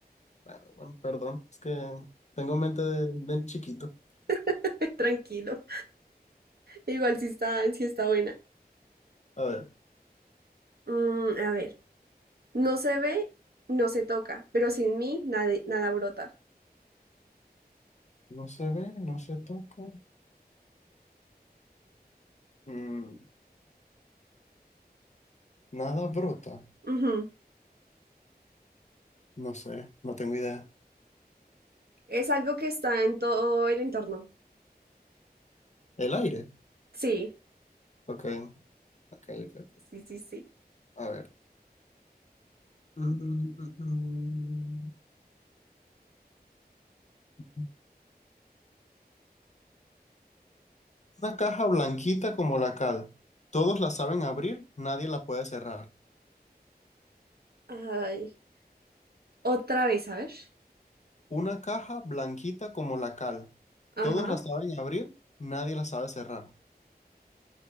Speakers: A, on the left (about 45°); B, on the right (about 70°).
A: Bueno, bueno, perdón, es que tengo mente de, de chiquito.
B: <laughs> Tranquilo. Igual sí está, sí está buena.
A: A ver.
B: Mm, a ver, no se ve, no se toca, pero sin mí nada, nada brota.
A: No se ve, no se toca. Mm, nada brota.
B: Ujú.
A: No sé, no tengo idea.
B: Es algo que está en todo el entorno.
A: El aire.
B: Sí,
A: Ok, ok. ok. ok.
B: sí, sí, sí.
A: A ver. Mm, mm, mm, mm. mm. Una caja blanquita como la cal. Todos la saben abrir, nadie la puede cerrar.
B: Ay, otra vez, a ver.
A: Una caja blanquita como la cal.
B: Ajá.
A: Todos la saben abrir, nadie la sabe cerrar.